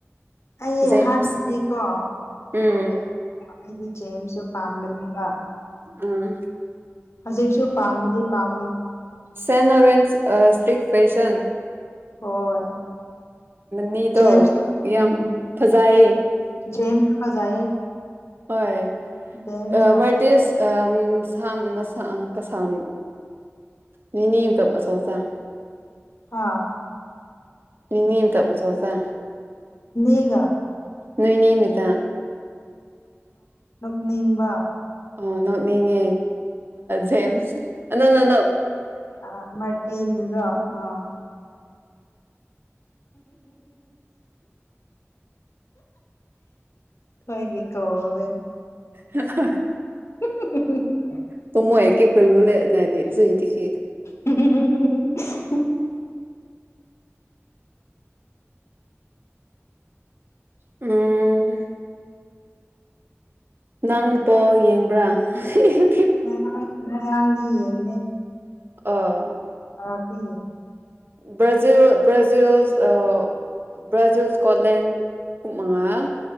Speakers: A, on the left; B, on the right.
A: ꯑꯩ
B: ꯦꯝꯁ
A: ꯍꯥꯟꯅꯗꯤꯀꯣ
B: ꯎꯝ
A: ꯑꯩꯗꯤ ꯆꯦꯁꯨ ꯄꯥꯝꯕꯅꯦꯕ
B: ꯑꯥ
A: ꯍꯧꯖꯤꯦꯛꯁꯨꯣ ꯄꯥꯝꯗꯤ ꯄꯥꯝ
B: ꯁꯦꯟ ꯂꯣꯔꯦꯟꯁ ꯏꯁꯇ꯭ꯔꯤꯛ ꯐꯦꯁꯟ
A: ꯍꯣꯏ
B: ꯃꯤꯗꯣ
A: ꯖꯦꯝꯁ
B: ꯌꯥꯝ
A: ꯎꯝ
B: ꯐꯖꯥꯏꯌꯦ
A: ꯖꯦꯝꯁ ꯐꯖꯩꯌꯦ
B: ꯍꯣꯏ
A: ꯖꯦꯝꯁꯅ
B: ꯑ ꯋꯥ ꯏꯁꯖ ꯑ ꯀꯁꯥꯝ ꯅꯦꯅꯦ ꯑꯇ ꯑꯆꯧ ꯑꯆꯥꯥꯡ
A: ꯍꯥꯥ
B: ꯅꯤ ꯇ ꯁꯣꯁ
A: ꯏꯒ
B: ꯅꯣꯏꯣꯏꯅꯤꯃꯤꯇꯥ
A: ꯅꯣꯛꯅꯤꯡꯕ
B: ꯑꯣ ꯅꯅꯤꯡꯉꯦ ꯖꯦꯝꯁ ꯑ ꯅꯅ
A: ꯑ ꯃꯠꯇꯤꯗꯨꯒꯣ ꯑ ꯊꯣꯏꯅꯤ ꯀꯣꯕ
B: ꯑ
A: ꯎ ꯍ
B: ꯇ ꯃꯣꯏ ꯑꯦꯦ ꯀꯜ ꯂ ꯦ ꯁꯦ ꯀꯠ
A: ꯎ
B: ꯎꯝ ꯅꯪ ꯄꯣ ꯌꯦꯡꯕ꯭ꯔꯥ ꯎ
A: <unintelligible> ꯁꯤꯅꯦ
B: ꯑꯣ
A: ꯑꯥ ꯊ
B: ꯕ꯭ꯔꯖꯤꯜ ꯭ꯔꯖꯤꯜ ꯑ ꯕ꯭ꯔꯥꯖꯤꯜ ꯁꯀꯣꯠꯂꯦꯟ ꯎꯃꯉꯥ